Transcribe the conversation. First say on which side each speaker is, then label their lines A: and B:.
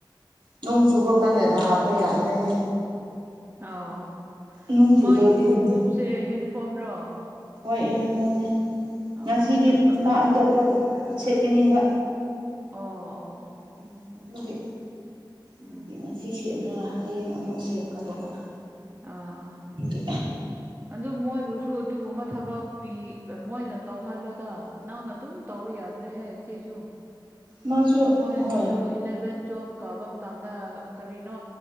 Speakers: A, on the right; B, on the right.
A: ꯅꯣꯡ ꯆꯨꯕ ꯀꯥꯟꯗꯗ ꯍꯥꯞꯄ ꯌꯥꯗ꯭ꯔꯦꯍꯦ
B: ꯑꯥꯎ
A: ꯅꯣꯡ ꯆꯨꯗ꯭ꯔꯗꯤ
B: ꯃꯥꯒꯤ ꯈꯣꯡꯎꯣꯞꯁꯦ
A: ꯑꯗꯨꯝ
B: ꯌꯨꯅꯤꯐꯣꯔꯝꯔꯣ
A: ꯍꯣꯏ ꯌꯨꯅꯤꯐꯣꯔꯝꯅꯦ
B: ꯑꯣ
A: ꯉꯁꯤꯗꯤ
B: ꯑꯗꯨ
A: ꯃꯥ ꯑꯇꯣꯞꯄ ꯁꯦꯠꯀꯅꯤꯕ
B: ꯑꯣ ꯑꯣ
A: ꯎꯝ ꯑꯗꯨꯒꯤ
B: ꯎꯝ
A: ꯑꯗꯨꯗꯤ ꯉꯁꯤ ꯁꯦꯠꯂꯒ ꯍꯌꯦꯡ ꯑꯃꯨꯛ ꯁꯦꯠꯀꯗꯧꯕ
B: ꯑꯥ
A: ꯑꯗꯨꯗꯤ
B: ꯑꯗꯨ ꯑꯗꯨ ꯃꯣꯏꯕꯨ ꯊ꯭ꯔꯨ ꯑꯗꯨꯒꯨꯝꯕ ꯊꯕꯛ ꯄꯤ ꯃꯣꯏꯅ ꯇꯧꯍꯜꯂꯣꯗ ꯅꯪꯅ ꯑꯗꯨꯝ ꯇꯧꯕ ꯌꯥꯗ꯭ꯔꯦꯍ ꯁꯨ
A: ꯃꯥꯁꯨ
B: ꯃꯣꯏꯁꯨ
A: ꯍꯣꯏ
B: ꯏꯂꯦꯚꯦꯟ ꯇꯨꯋꯦꯜꯐ ꯀꯥꯕ ꯃꯇꯝꯗ ꯀꯔꯤꯅꯣ